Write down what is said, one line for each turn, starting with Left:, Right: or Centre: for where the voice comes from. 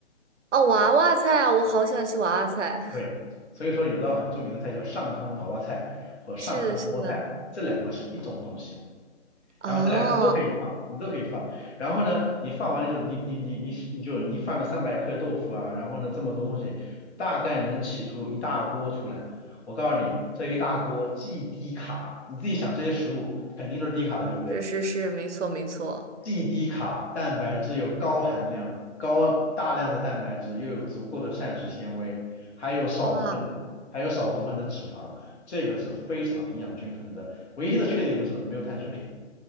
Right: 哦，娃娃菜啊，我好喜欢吃娃娃菜。
Left: 对，
Right: <laughs>
Left: 所以说有道很著名的菜叫上汤娃娃菜和上汤菠菜，
Right: 是的，是的，
Left: 这两个是一种东西。
Right: 啊，
Left: 然后这两个你都可以放，你都可以放。然后呢，你放完了就你你你你你就你放个三百克豆腐啊，然后呢这么多东西，大概能起出一大锅出来。我告诉你，这一大锅既低卡，你自己想这些食物肯定都是低卡的，对不对？
Right: 是是是，没错没错。
Left: 既低卡，蛋白质又高含量，高大量的蛋白质又有足够的膳食纤维，还有少部分的还有少部分的脂肪，
Right: 哇，
Left: 这个是非常营养均衡的。唯一的缺点就是没有碳水。